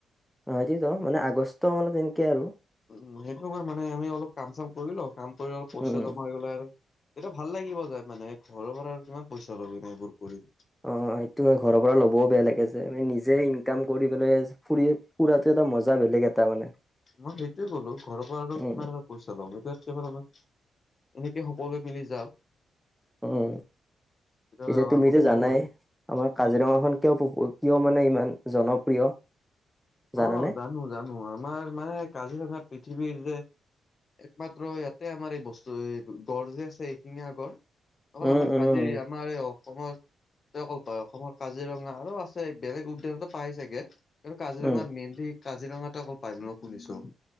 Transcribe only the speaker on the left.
উ সেইটো মা মানে আমি অলপ কাম চাম কৰি ল কাম কৰি অলপ পইচা
জমা হৈ গ'লে আৰু ইতা ভাল লাগিব যায় মানে ঘৰৰ পৰা আৰু কিমান পইচা ল'বি নাই এইবোৰ কৰি।
মই সেইটোয়ে ক'লো ঘৰৰ পৰা আৰু
কিমান এটা পইচা লম সেটোৱে এইফালেপা এনেকে সকলোৱে মিলি যাপ
তেতিয়াহ'লে
আমাৰ
আকৌ তোমাকো
ভাল
কি
অ
জানো জানো আমাৰ মানে কাজিৰঙাত পৃথিৱীৰ যে একমাত্ৰ ইয়াতে আমাৰ এই বস্তু গড় যে আছে এশিঙীয়া গড় তখন
আমাৰ
কাজি আমাৰে অ অসমৰ তে অকল পায় অসমৰ কাজিৰঙা আৰু আছে বেলেগ উদ্যানতো পাই চাগে। কাজিৰঙা
মেইনলি কাজিৰঙা অকল পায় বোলো শুনিছো।